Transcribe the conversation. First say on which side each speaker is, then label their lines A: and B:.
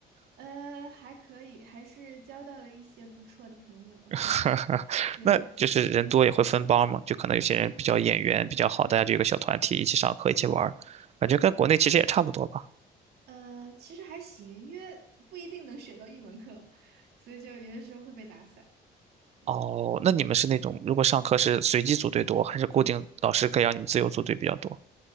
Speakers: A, on the right (about 75°); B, on the right (about 40°).
A: 呃还可以，还是交到了一些不错的朋友，
B: <laughs> 哈哈，
A: 嗯，是，
B: 那就是人多也会分帮嘛，就可能有些人比较眼缘比较好，大家就有个小团体一起上课一起玩儿，感觉跟国内其实也差不多吧。
A: 呃其实还行，因为不一定能选到一门课，所以就有些时候会被打散，嗯。
B: 哦，那你们是那种如果上课是随机组队多，还是固定老师可以让你们自由组队比较多？